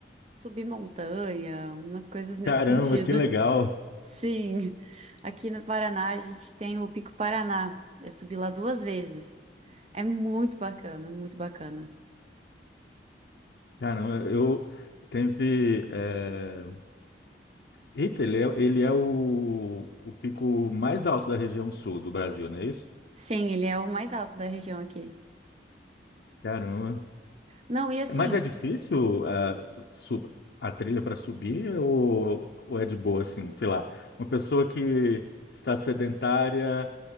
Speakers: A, on the right; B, on the left.
A: subir montanha, umas coisas nesse
B: Caramba,
A: sentido.
B: que legal!
A: Sim, aqui no Paraná a gente tem o Pico Paraná. Eu subi lá duas vezes. É muito bacana, muito bacana.
B: Caramba, eu teve. eh, Eita, ele é, ele é o, o pico mais alto da região sul do Brasil, não é isso?
A: Sim, ele é o mais alto da região aqui.
B: Caramba.
A: Não, e assim,
B: Mas é difícil ah, sub- a trilha para subir ou, ou é de boa, assim, sei lá. Uma pessoa que está sedentária